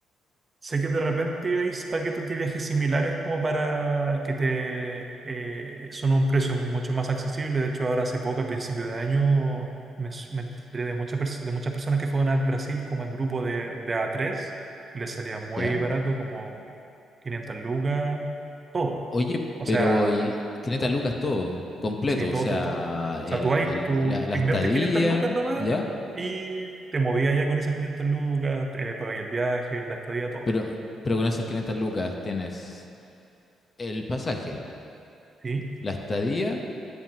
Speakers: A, on the right; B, on the left.
A: Sé que de repente hay paquetes de viajes similares como para que te eh, son un precio mucho más accesible. De hecho, ahora hace poco, a principio de año, me, s- me enteré de muchas, pers- de muchas personas que fueron a Brasil como en grupo de, de a tres y les salía muy
B: ya.
A: barato, como 500 lucas, todo.
B: Oye,
A: O
B: pero
A: sea,
B: y 500
A: todo.
B: lucas todo, completo,
A: Sí, todo,
B: o sea,
A: todo, todo. O
B: el,
A: sea, tú, hay,
B: el-
A: tú
B: la, la
A: inviertes
B: estadía,
A: 500 lucas nomás
B: ¿ya?
A: y te movías ya con esas 500 lucas, eh, pagáis el viaje, la estadía, todo.
B: Pero, pero con esas 500 lucas tienes el pasaje,
A: ¿sí?
B: la estadía